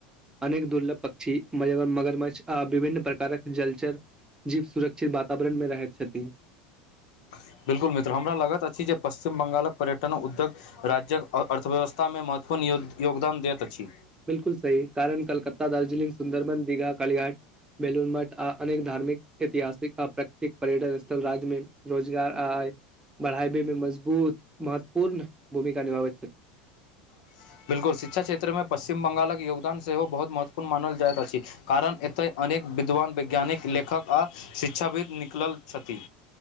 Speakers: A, on the right (about 15°); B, on the left (about 65°).
A: अनेक दुर्लभ पक्षी मगरम्छ आ विभिन्न प्रकारक जलचर जीव सुरक्षित वातावरणमे रहैत छथिन
B: ह <inaudible> बिल्कुल मित्र हमरा लागत अछि जे पश्चिम बंगालक पर्यटन उद्योग राज्य्यक अर्थव्यवस्था मे महत्वपूर्ण योगदान दैत अछि
A: बिलकुल सही कारण कलकत्ता दार्जिलिंग सुंन्दरबन दीघा कलिघाट बेलूर मठ आ अनेक धार्मिक ऐतिहासिक आ प्राकृतिक पर्यटन स्थल राज्य मे रोजगार आय बढ़ाबे मे मजबूत महत्वपूर्ण भूमिका निभाबैत छथि
B: <inaudible> बिल्कुल शिक्षा क्षेत्र मे पश्चिम बंगालक योगदान सेहो बहुत महत्वपूर्ण मानल जाइत अछि कारण एतय अनेक विद्वान वैज्ञानिक लेखक आ शिक्षाविद निकलल छथि